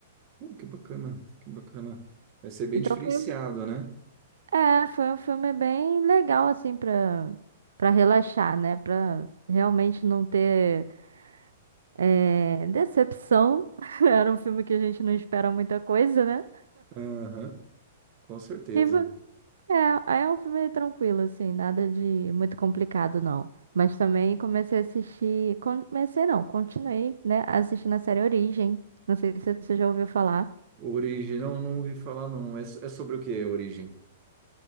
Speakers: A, on the right; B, on the right.
A: Uh, que bacana, que bacana. Vai ser bem
B: Então
A: diferenciado,
B: foi, um-
A: né?
B: é, foi um filme bem legal, assim, pra, pra relaxar, né? Pra realmente não ter. É, Decepção. <laughs> Era um filme que a gente não espera muita coisa, né?
A: Aham, com certeza.
B: E vo- é, aí é um filme tranquilo, assim, nada de muito complicado, não. Mas também comecei a assistir. Comecei, não, continuei, né? Assistindo a série Origem. Não sei se você já ouviu falar.
A: Origem, não, não ouvi falar, não. É, so- é sobre o que, Origem?